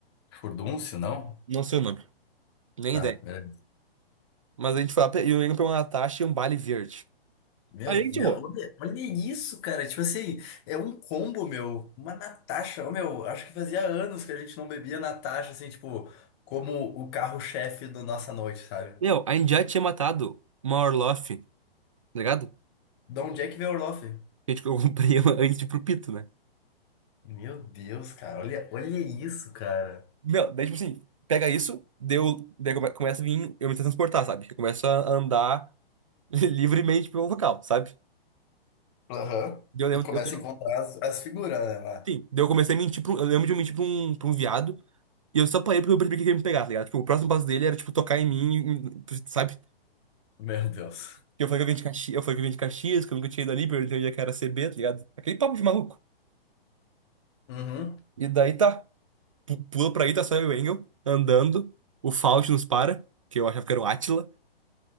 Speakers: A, on the left; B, on the right.
A: Furdúncio, não?
B: Não sei o nome. Nem
A: Tá,
B: ideia.
A: beleza.
B: Mas a gente foi lá, pe- e o Engel pegou uma Natasha e um Bali verde.
A: Meu,
B: Aí a gente
A: meu,
B: errou.
A: olha, olha isso, cara. Tipo assim, é um combo, meu. Uma Natasha. Ô, meu, acho que fazia anos que a gente não bebia Natasha, assim, tipo, como o carro-chefe da nossa noite, sabe?
B: Meu, a gente já tinha matado uma Orloff, tá ligado?
A: De onde é que veio o Orloff?
B: que tipo, eu comprei <laughs> ela antes de ir pro Pito, né?
A: Meu Deus, cara, olha, olha isso, cara.
B: Não, daí, tipo assim, pega isso, deu, daí come- começa a vir eu me transportar, sabe? Eu começo a andar <laughs> livremente pelo local, sabe?
A: Aham.
B: Daí Eu lembro,
A: E tu começa
B: eu, tô-
A: a encontrar as, as figuras, né, lá.
B: sim, daí eu comecei a mentir pra um, eu lembro de eu mentir pra um, pra um viado, e eu só parei porque eu percebi que ele ia me pegar, tá ligado? Tipo, o próximo passo dele era, tipo, tocar em mim, em- sabe?
A: Meu Deus,
B: Que Eu falei que eu vim de Caxias, eu falei que eu vim de Caxias, que eu nunca tinha ido ali, perguntei onde é que era CB, tá ligado? Aquele papo de maluco.
A: Uhum.
B: E daí tá, pu- pula pra aí, tá só eu e o Engel, andando, o Faust nos para, que eu achava que era o Átila.